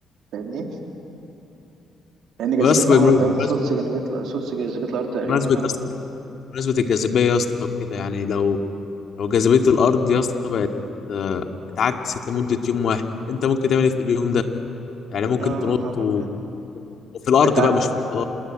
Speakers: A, on the right; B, on the left.
A: فاهمني لان جاذبيه
B: بس
A: القمر
B: بم-
A: باين
B: بمناسبة
A: سدس جاذبيه سدس جاذبيه الارض تقريبا
B: بمناسبة
A: على
B: يا
A: ما-
B: اسطى بمناسبة الجاذبية يا اسطى كده يعني لو لو جاذبية الأرض يا اسطى بقت آه، اتعكست لمدة يوم واحد أنت ممكن تعمل إيه في اليوم ده؟ يعني ممكن
A: يا
B: تنط
A: نهار
B: و-
A: ابيض
B: وفي الأرض
A: انت
B: بقى مش في الفضاء